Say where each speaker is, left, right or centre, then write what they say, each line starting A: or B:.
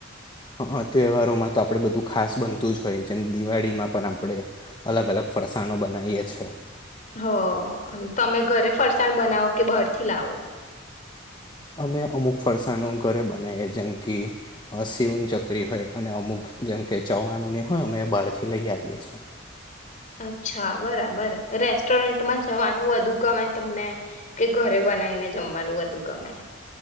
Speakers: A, on the left (about 25°); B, on the left (about 40°).
A: હ તહેવારોમાં તો આપણે બધું ખાસ બનતું જ હોય જેમ દિવાળીમાં પણ આપણે અલગ અલગ ફરસાણો બનાવીએ છે
B: હ તમે ઘરે ફરસાણ બનાવો કે બરથી લાવો
A: અમે અમુક ફરસાણ ઘરે બનાવીએ જેમ કે સીઉન ચકરી હોય અને અમુક જેમકે ચવાનુંની હોય અમે બહારથી લઈ આવીએ છ છેએ
B: અચ્છા બરાબર રેસ્ટોરન્ટમાં જવાનું વધુ ગમે તમને કે ઘરે બનાવીને જમવાનું વધુ ગમે